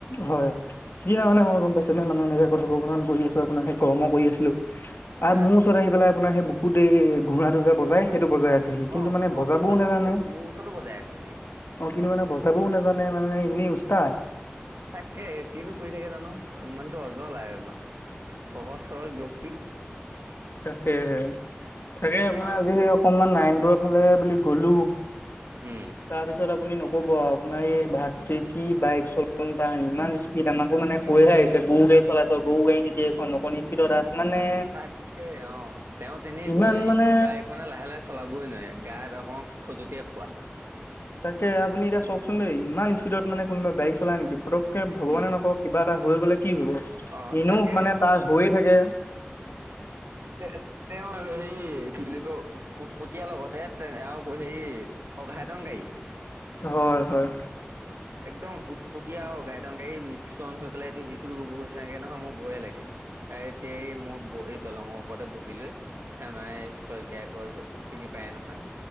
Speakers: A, on the left; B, on the right.
A: হয়। সিদিনা মানে মই গম পাইছেনে, মানে এনেকে কথোপকথন কৰি আছো আপোনাৰ সেই কৰ্ম কৰি আছিলো। আ
B: হয়
A: মোৰ ওচৰত আহি পেলাই আপোনাৰ সেই বুকুত এই ঘোঁৰাটো যে বজাই সেইটো বজাই আছেহি, কিন্তু
B: অ
A: মানে
B: অ
A: বজাবও
B: সিদিনাখন
A: নাজানে।
B: মোৰ ওচৰতো বজাই আছেহি
A: অ কিন্তু মানে বজাবও নাজানে মানে এনেই উচতাদ।
B: তাকে কিনো কৰি থাকে জানো, মানুহটো অজল অকমান সহজ সৰল ব্যক্তি।
A: তাকেহে, তাকে আপোনাৰ
B: অ
A: আজি সেই অকনমান নাইনটৰ ফালে বুলি গ'লো।
B: উম।
A: তাৰপিছত আপুনি নকব আৰু আপোনাৰ এই ভাতৃ কি বাইক চলন তাৰ ইমান স্পি- সি তামাকো মানে কৈহে আহিছে গো গাড়ী চলাইছ, গৰু গড়ী নেকি এইখন অকন স্পিডত আহ, মানে
B: তাকে অ, তেওঁ তেনেকুৱা
A: ইমান মানে
B: স্পী বাইক মানে লাহে লাহে চলাবই নোৱাৰে, গাত অকমান খজুতিয়ে খোৱা।
A: তাকে আপুনি এতিয়া চওকচোন দেই ইমান স্পীডত মানে কোনোবা বাইক চাই নেকি, পটকে ভগৱানে
B: উম
A: নকক কিবা কিবা হৈ গ'লে কি হ'ব,
B: অ
A: এনেও
B: তাকে
A: মানে তাৰ হৈয়ে থাকে।
B: তে তেওঁ হেই কি বুলি কয়, উটপটিয়া লগতে তেওঁ সেই অঘাইতং গাড়ী।
A: হয় হয়।
B: একদম উটপটীয়া গাইদং গাই মিক্সন হৈ পেলাই এইটো যিটো ৰুভ হৈছে নেক নহয় মোৰ ভয়ে লাগে। এ এতিয়া এই ম ব এই দলঙপ। ওপতে বহি লৈ আমাৰ এই শইকীয়া ঘৰ যে চিনি পায় নহয়।